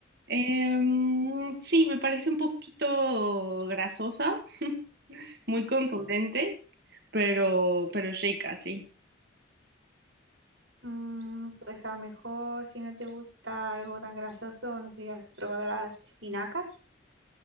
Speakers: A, on the right; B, on the right.
A: Em, sí, me parece un poquito grasosa, <laughs> muy
B: Sí.
A: contundente, pero, pero es rica, sí.
B: Mm, pues a lo mejor si no te gusta algo tan grasoso, no sé si has probado las espinacas,